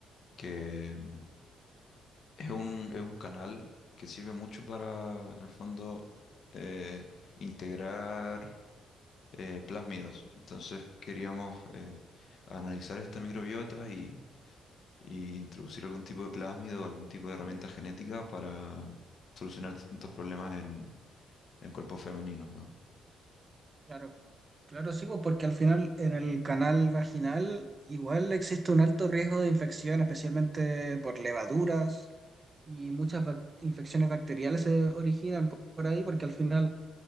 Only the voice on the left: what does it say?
que em, es un, es un canal que sirve mucho para, en el fondo, eh, integrar eh, plásmidos. Entonces queríamos eh, analizar esta microbiota y, y introducir algún tipo de plásmido, algún tipo de herramienta genética para solucionar distintos problemas en, en cuerpos femeninos, ¿no?